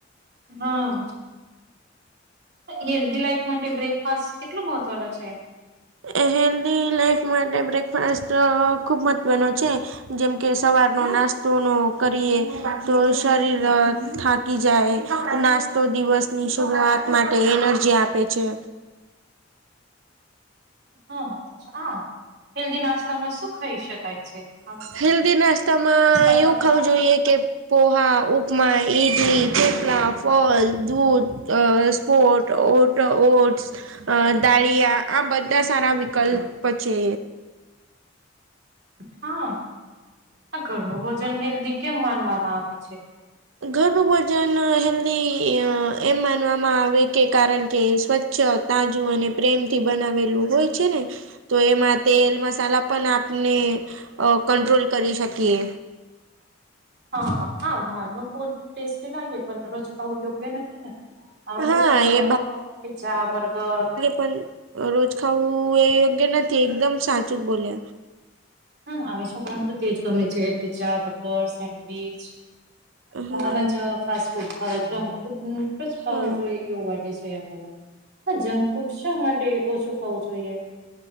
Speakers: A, on the right; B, on the right.
A: હા. હેલ્ધી લાઈફ માટે બ્રેકફાસ્ટ કેટલો મહત્વનો છે.
B: એ હેલ્ધી લાાઈફ માટે બ્રેકફાસ્ટ ખૂબ મહત્ત્વનો છે. જેમ કે સવારનો નાસ્તો નો કરીએ તો શરીર થા કી જાય નાસ્તો દિવસની શરૂઆત માટે એનર્જી આપે છે.
A: હા આ હેલ્ધી નાસ્તામાં શું ખાઈ શકાય છે? આમ
B: હેલ્દી નાસ્તામાં
A: વિસ્તારમાં
B: એવું
A: બતાવે
B: ખાવું જોઈએ
A: છે
B: કે પોહા, ઉપમા, ડલી, ખેપલા, ફલ, દૂધ અ પોટ ઓટ ઓટ્સ અ દાળીયા આ બધા સારા વિકલ્પ છે.
A: હા ઘરનું ભોજન હેલ્ધી કેમ માનવામાં આવે છે?
B: ઘરનું વજન હેલ્ધી એમ માનવામાં આવે કે કારણ કે સ્વચ્છ તાજું અને પ્રેમ થી બનાવેલું હોય છે ને તો એમાં તેલ મસાલા પણ આપને કંટ્રોલ કરી શકીએ.
A: હા હા બારનુ ફૂડ ટેસ્ટી લાગે દરોજ ખાવું યોગ્ય નથી ને હવે
B: હા
A: તો છોકરાઓ
B: એ
A: તો પીઝા બર્ગર
B: પન રોજ ખાવું એ યોગ્ય નથી એકદમ સાચું બોલે
A: હા આવે છોકરામાં તો તેજ ગમે છે, પી્ઝા, બર્ગર, સેન્ડવીચ
B: હા
A: બાર જ ફાસ્ટ ફૂડ ખાવુ, જંક ફૂડ <unintelligible> જ ખાવું
B: હા
A: જોઈએ, એવું હોય. જંક ફૂડ શા માટે ઓછું ખું જોઈએ?